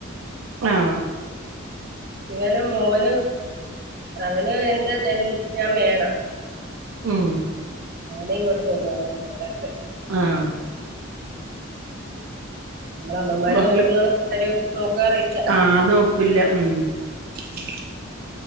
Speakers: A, on the right (about 75°); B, on the right (about 50°).
A: ആഹ്
B: ഇവന് മോന് അവന് എന്റെ എൻ ഞാൻ വേണം
A: ഉം
B: മോനെ ഇങ്ങോട്ട് കൊണ്ടുവന്നേ എന്റെ കൂടെണ്ട്
A: ആഹ്
B: <unintelligible> നമ്മള് അമ്മമാര്
A: മക്കള്
B: നോക്ക്ന്നണക്ക് ആരും നോക്കാറില്ല
A: ആഹ് നൊ ക്കില്ലാ ഉം
B: ഉം